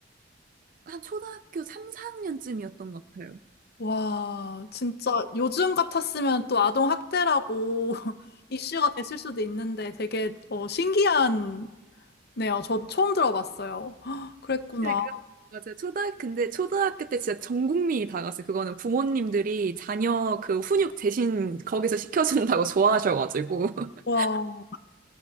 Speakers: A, on the right (about 45°); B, on the left (about 55°).
A: 한 초등학교 3, 4학년쯤이었던 것 같아요.
B: 와, 진짜 요즘 같았으면 또 아동학대라고 <laughs> 이슈가 됐을 수도 있는데 되게 어, 신기하네요. 저 처음 들어봤어요. <gasps> 그랬구나.
A: 근데 그, 맞아요. 초등학, 근데 초등학교 때 진짜 전 국민이 다 갔어요. 그거는 부모님들이 자녀 그 훈육 대신 거기서 시켜준다고 좋아하셔가지고. <laughs>
B: 와.